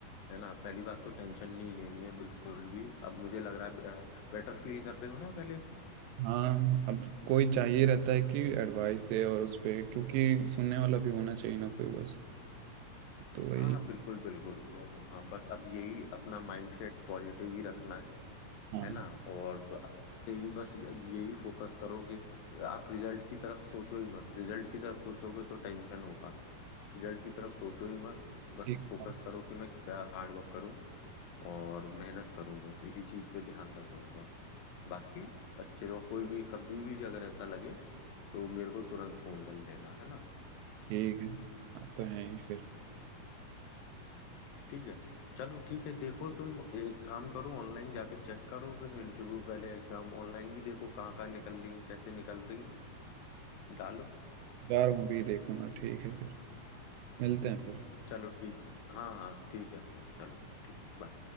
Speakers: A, on the left (about 85°); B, on the right (about 85°).
A: है ना पहली बात तो टेंशन नहीं लेनी है बिल्कुल भी अब मुझे लग रहा है बेटर फील कर रहे हो ना पहले से
B: हाँ अब कोई चाहिए रहता है कि एडवाइस दे और उस पे क्योंकि सुनने वाला भी होना चाहिए ना कोई बस तो वही
A: हाँ बिल्कुल बिल्कुल तो हाँ बस अब यही अपना माइंडसेट पॉजिटिव ही रखना है
B: हाँ
A: है ना और ब- यही बस अब यही फोकस करो कि आप रिजल्ट की तरफ सोचो ही मत रिजल्ट की तरफ सोचोगे तो टेंशन होगा रिजल्ट की तरफ सोचो ही मत बस
B: ठीक
A: फोकस
B: है
A: करो कि मैं क्या हार्ड वर्क करूं और मेहनत करूं बस इसी चीज पे ध्यान रखूंगा बाकी अच्छे तो कोई भी कभी भी अगर ऐसा लगे तो मेरे को तुरंत फोन कर लेना है ना
B: ठीक है आप तो हैं ही फिर
A: ठीक है चलो ठीक है देखो तुम एक काम करो ऑनलाइन जाके चेक करो फिर इंटरव्यू पहले एग्जाम ऑनलाइन भी देखो कहाँ कहाँ निकल रही है कैसे निकल रही है डालो
B: जा रहा हूँ अभी देखूंगा ठीक है फिर मिलते हैं फिर
A: चलो ठीक हाँ हाँ ठीक है फिर चलो ठीक बाय